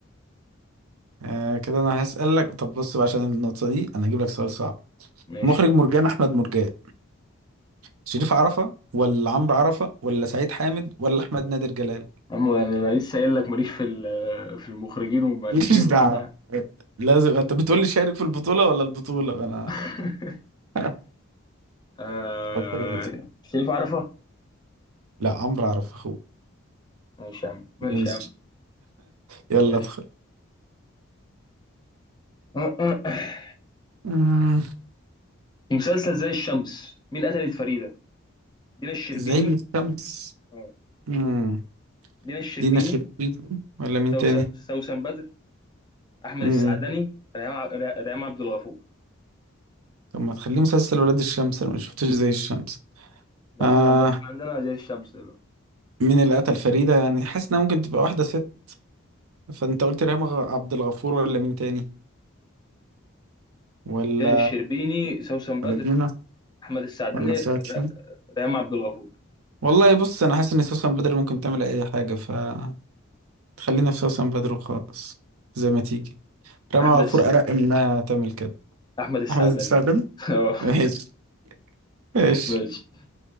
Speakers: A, on the right; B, on the left.
A: آه كده انا هسألك طب بص بقى عشان النقطة دي انا هجيب لك سؤال صعب
B: ماشي
A: مخرج مرجان احمد مرجان شريف عرفة ولا عمرو عرفة ولا سعيد حامد ولا احمد نادر جلال
B: عم انا أنا لسه قايل لك ماليش في ال- في المخرجين والمؤلفين
A: <laughs> ماليش دعوة
B: وبتاع
A: لازم انت بتقول لي شارك في البطولة ولا البطولة انا
B: <laughs>
A: <laughs>
B: آه،
A: فكر بس.
B: شريف عرفة
A: لا عمرو عرفة اخوه
B: ماشي يا عم ماشي
A: ماشي
B: يا عم
A: يلا
B: ماشي
A: ادخل
B: <laughs>
A: مم،
B: في مسلسل زي الشمس مين قتلت فريدة دينا الشربيني
A: زي الشمس
B: اه
A: مم،
B: دينا الشربيني
A: دينا الشربيني ولا مين
B: سوس-
A: تاني
B: سوسن بدر احمد
A: مم،
B: السعدني ريهام ع- ر- ريهام عبد الغفور
A: طب ما تخليه مسلسل ولاد الشمس انا ما شفتوش زي الشمس
B: لا
A: آه
B: احنا عندنا احنا عندنا زي الشمس دلوقتي
A: مين اللي قتل فريدة يعني حاسس انها ممكن تبقى واحدة ست فانت قلت ريهام غ- عبد الغفور ولا مين تاني ولا
B: دينا الشربيني سوسن بدر
A: ولا دينا
B: احمد السعدني
A: ولا سوسن
B: ر- ريهام عبد الغفور
A: والله بص انا حاسس ان سوسن بدر ممكن تعمل اي حاجة فتخلينا في سوسن بدر وخلاص زي ما تيجي ريهام
B: احمد
A: غفور
B: الس...
A: ارق انها تعمل كده
B: احمد السعدني
A: احمد السعدني
B: <laughs> اه
A: ماشي ماشي
B: ماشي